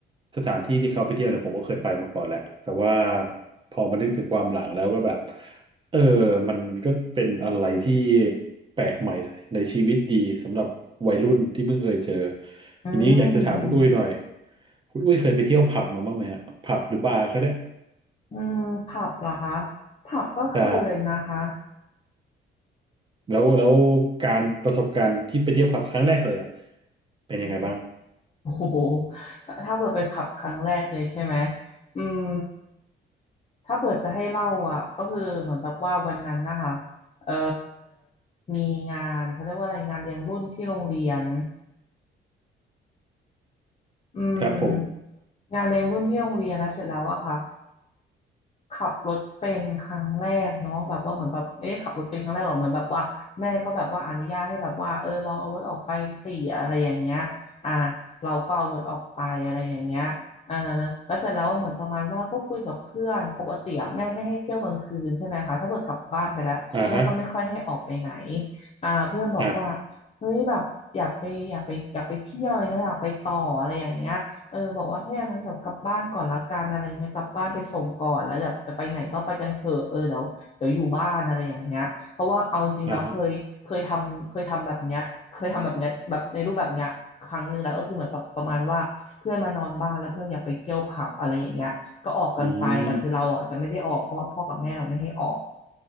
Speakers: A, on the right; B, on the left.
A: สถานที่ที่เขาไปเที่ยวเนี่ยผมก็เคยไปมาก่อนแหละแต่ว่าพอมานึกถึงความหลังแล้วก็แบบเออมันก็เป็นอะไรที่แปลกใหม่ในชีวิตดีสำหรับวัยรุ่นที่เพิ่งเคยเจอ
B: อื
A: ทีนี้อยากจะถามคุณอุ้ยหน่อย
B: ม
A: คุณอุ้ยเคยไปเที่ยวผับมาบ้างไหมฮะผับหรือบาร์ก็ได้
B: อืมผับเหรอคะผับก็เคยนะคะ
A: ใช่แล้วแล้วการประสบการณ์ที่ไปเที่ยวผับครั้งแรกเลยอ่ะเป็นยังไงบ้าง
B: อืมโอ้โหถ้าถ้าเปิดไปผับครั้งแรกเลยใช่ไหมอืมถ้าเปิดจะให้เล่าอ่ะก็คือเหมือนแบบว่าวันนั้นนะคะเอ่อมีงานเขาเรียกว่าอะไรงานเลี้ยงรุ่นที่โรงเรียนอืม
A: ครับผม
B: งานเลี้ยงรุ่นที่โรงเรียนแล้วเสร็จแล้วอะค่ะ ขับรถเป็นครั้งแรกเนาะแบบว่าเหมือนแบบเอ๊ะขับรถเป็นครั้งแรกหรอเหมือนแบบว่าแม่ก็แบบว่าอนุญาตให้แบบว่าเออลองเอารถออกไปสี่อะไรอย่างเงี้ยอ่าเราก็เอารถออกไปอะไรอย่างเงี้ยเออแล้วเสร็จแล้วเหมือนประมาณว่าก็คุยกับเพื่อนปกติอะแม่ไม่ให้เที่ยวกลางคืนใช่ไหมคะถ้าเกิดกลับบ้านไปแล้วแม่ก็ไม่ค่อยให้ออกไปไหน
A: อ่าฮะ
B: อ่าเพื่อนบอกว่า
A: อ่า
B: เฮ้ยแบบอยากไปอยากไปอยากไปเที่ยวอย่างเงี้ยอยากไปต่ออะไรอย่างเงี้ย เออบอกว่าถ้าอย่างนั้นเดี๋ยวกลับบ้านก่อนละกันอะไรเงี้ยกลับบ้านไปส่งก่อนแล้วแบบจะไปไหนก็ไปกันเถอะเออเดี๋ยวเดี๋ยวอยู่บ้านอะไรอย่างเงี้ยเพราะว่าเอาจริงๆแล้วเคยเคยทำเคยทำแบบเนี้ยเคยทำแบบเนี้ยแบบในรูปแบบเนี้ยครั้งหนึ่งแล้วก็คือเหมือนแบบประมาณว่าเพื่อนมานอนบ้านแล้วเพื่อนอยากไปเที่ยวผับอะไรอย่างเงี้ยก็ออกกันไปแต่คือเราอ่ะจะไม่ได้ออกเพราะว่าพ่อกับแม่เราไม่ให้ออก
A: อ่าฮะอืม